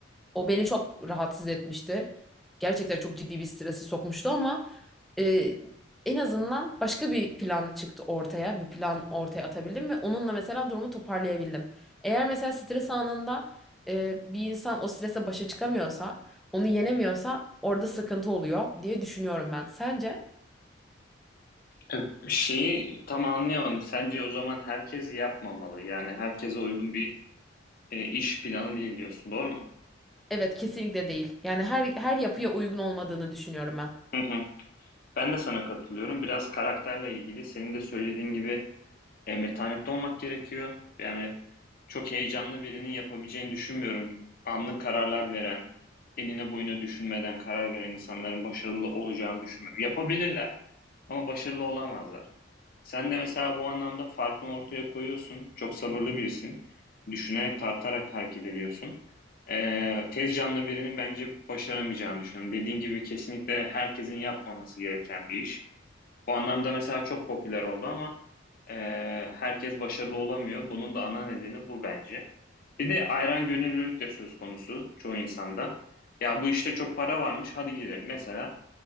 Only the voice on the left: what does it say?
Ee, şeyi tam anlayamadım. Sence o zaman herkes yapmamalı. Yani herkese uygun bir e, iş planı değil diyorsun. Doğru mu?
Hı hı. Ben de sana katılıyorum. Biraz karakterle ilgili. Senin de söylediğin gibi E, metanetli olmak gerekiyor. Yani çok heyecanlı birinin yapabileceğini düşünmüyorum. Anlık kararlar veren, enine boyuna düşünmeden karar veren insanların başarılı olacağını düşünmüyorum. Yapabilirler ama başarılı olamazlar. Sen de mesela bu anlamda farkını ortaya koyuyorsun. Çok sabırlı birisin. Düşünerek, tartarak hareket ediyorsun. Ee, tez canlı birinin bence başaramayacağını düşünüyorum. Dediğin gibi kesinlikle herkesin yapmaması gereken bir iş. Bu anlamda mesela çok popüler oldu ama Eee, herkes başarılı olamıyor. Bunun da ana nedeni bu bence. Bir de ayran gönüllülük de söz konusu çoğu insanda. Ya bu işte çok para varmış, hadi girelim. Mesela